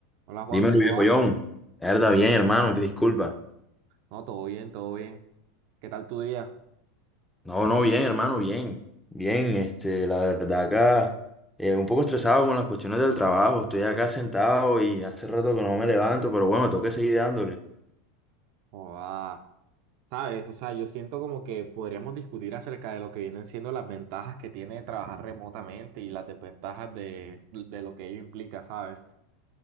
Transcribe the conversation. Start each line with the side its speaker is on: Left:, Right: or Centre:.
Right: Hola Juan,
Centre: Dímelo,
Right: ¿cómo
Centre: viejo
Right: vas?
Centre: John. Verdad, bien, hermano, disculpa.
Right: No, todo bien, todo bien. ¿Qué tal tu día?
Centre: No, no, bien, hermano, bien. Bien, este, la verdad acá, eh, un poco estresado con las cuestiones del trabajo. Estoy acá sentado y hace rato que no me levanto, pero bueno, tengo que seguir dándole.
Right: Oh, ah, sabes, o sea, yo siento como que podríamos discutir acerca de lo que vienen siendo las ventajas que tiene trabajar remotamente y las desventajas de, de lo que ello implica, ¿sabes?